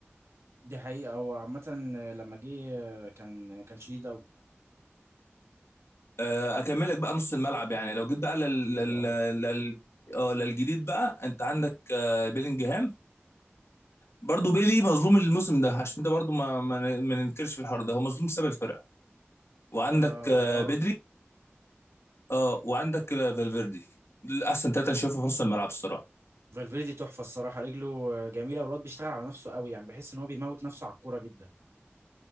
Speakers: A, on the right; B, on the left.
A: دي حقيقة هو عامة لما جه كان كان شديد أوي
B: آه، اكملك بقى نص الملعب يعني لو جيت بقى لل
A: كتير
B: لل
A: لي اه
B: لل اه للجديد بقى انت عندك آه، بيلينجهام برضه بيلي مظلوم الموسم ده عشان ده برضه ما ما ن- ما ننكرش في الحوار ده هو مظلوم بسبب الفرقه وعندك
A: اه
B: آه،
A: اه
B: بدري اه وعندك آه، فالفيردي دول احسن ثلاثه انا شايفهم في نص الملعب الصراحه
A: فالفيردي تحفة الصراحة رجله جميلة والواد بيشتغل على نفسه أوي يعني بحس إن هو بيموت نفسه على الكورة جدا